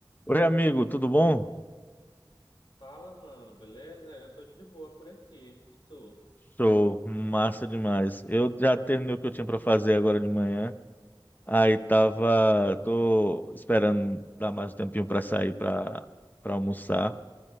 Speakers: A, on the left; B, on the left.
A: Oi, amigo, tudo bom?
B: Fala, mano, beleza? Eu tô de boa por aqui. E tu?
A: Show, massa demais. Eu já terminei o que eu tinha para fazer agora de manhã. Aí tava, tô esperando dar mais um tempinho para sair para para almoçar.